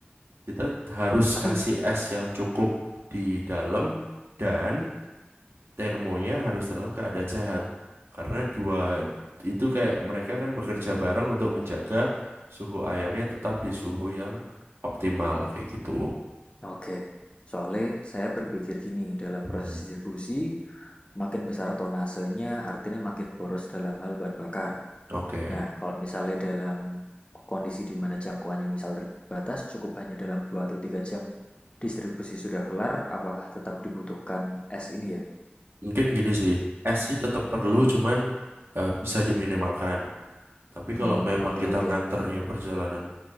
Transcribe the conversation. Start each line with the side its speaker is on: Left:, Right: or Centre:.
Right: Kita harus
Left: Tapi
Right: kasih es yang cukup di dalam dan termonya harus dalam keadaan sehat. Karena dua itu kayak mereka kan bekerja bareng untuk menjaga suhu ayamnya tetap di suhu yang optimal kayak gitu.
Left: oke. Soalnya saya berpikir gini, dalam
Right: Gimana?
Left: proses distribusi Makin besar tonasenya artinya makin boros dalam hal bahan bakar.
Right: Oke.
Left: Nah, kalau misalnya dalam kondisi di mana jangkauannya misal terbatas, cukup hanya dalam 2 atau 3 jam distribusi sudah kelar, apakah tetap dibutuhkan S ini ya?
Right: Mungkin gini sih, es sih tetap perlu, cuman eh, bisa diminimalkan. Tapi
Left: Hmm,
Right: kalau memang
Left: oke
Right: kita
Left: oke.
Right: nganternya perjalanan